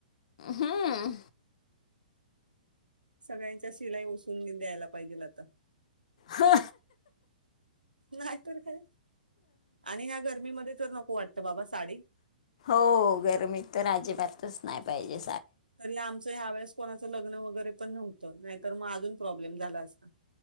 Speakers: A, on the left; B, on the right.
A: हम्म
B: सगळ्यांच्या शिलाई उसून द्यायला पाहिजेल आता.
A: हा.
B: नाही तर काय आणि ह्या गर्मीमध्ये तर नको वाटत बाबा साडी.
A: हो गर्मी तर आ तच नाही पाहिजे.
B: तरी आमचं ह्या वेळेस कोणाचं लग्न वगैरे पण नव्हतं नाही तर मग अजून प्रॉब्लेम झाला असता.